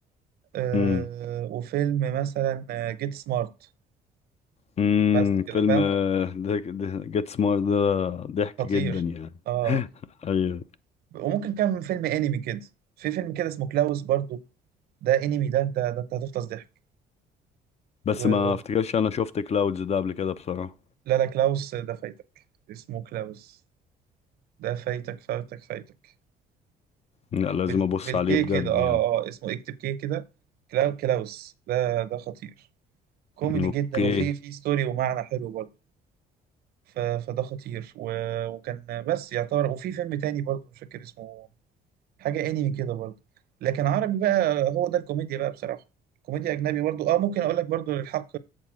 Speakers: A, on the right (about 65°); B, on the left (about 40°).
A: آه،
B: مم.
A: وفيلم مثلا جيت سمارت
B: مم.
A: بس كده
B: فيلم
A: فاهم
B: جيت سمارت ده ضحك
A: خطير
B: جدا يعني
A: اه
B: أيوة
A: وممكن كام فيلم انمي كده في فيلم كده اسمه كلاوس برضو ده انمي ده انت ده انت هتفطس ضحك
B: بس
A: و...
B: ما افتكرش أنا شفت كلاودز ده قبل كده بصراحة
A: لا لا كلاوس ده فايتك اسمه كلاوس ده فايتك فايتك فايتك
B: لا لازم
A: بال...
B: أبص
A: بالكي
B: عليه بجد
A: كده اه
B: يعني
A: اه اسمه اكتب كي كده كلاو... كلاوس ده ده خطير كوميدي
B: اوكي
A: جدا وفي في ستوري ومعنى حلو برضه ف... فده خطير و... وكان بس يعتبر وفي فيلم تاني برضه مش فاكر اسمه حاجة انمي كده برضه لكن عربي بقى هو ده الكوميديا بقى بصراحة كوميديا أجنبي برضه اه ممكن أقول لك برضه للحق